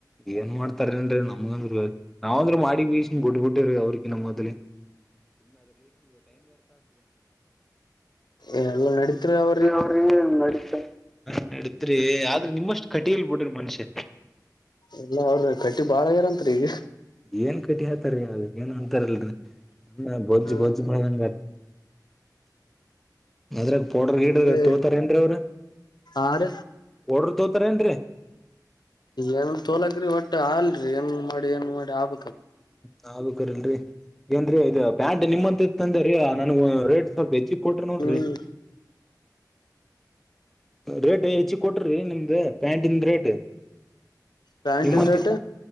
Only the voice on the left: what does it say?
ಎಲ್ಲ ನಡೀತ್ರು ಅವ
ಎಲ್ಲ ಅವ್ರ ಕಟ್ಟಿ ಬಾಳಗರಂತ್ರಿ ಈಗ.
ಹ್ಮ
ಅದೇ
ಆರ
ಏನ್ ತೋಲಕ್ರಿ ಒಟ್ಟು ಅಲ್ರಿ ಏನ್ ಮಾಡಿ, ಏನ್ ಮಾಡಿ ಆಗ
ಹ್ಮ್
ಪ್ಯಾಂಟ
ನಾರೇಟ್